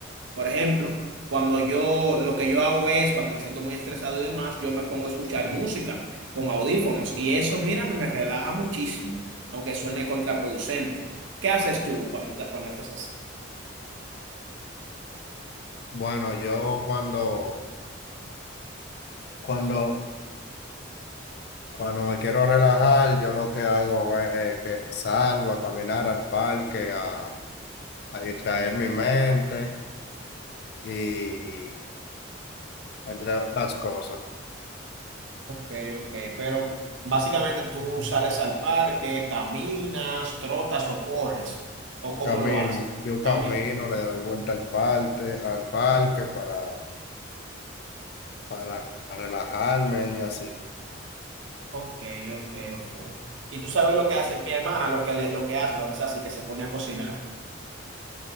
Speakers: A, on the right (about 70°); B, on the left (about 55°).
A: Por ejemplo, cuando yo, lo que yo hago es, cuando me siento muy estresado y demás, yo me pongo a escuchar música con audífonos y eso, mírame, me relaja muchísimo, aunque suene contraproducente. ¿Qué haces tú cuando, está- cuando estás así?
B: Bueno, yo cuando, cuando, cuando me quiero relajar, yo lo que hago es que salgo a caminar al parque, a, a distraer mi mente. y entre otras cosas.
A: Ok, ok, pero básicamente tú sales al parque, caminas, trotas o corres, o cómo
B: Camino,
A: lo haces.
B: yo camino,
A: Camino.
B: le doy vuelta al parque, al parque para, para relajarme y así.
A: Ok, ok, ok. Y tú sabes lo que hace mi hermana, lo que, le- lo que hace cuando está así, que se pone a cocinar.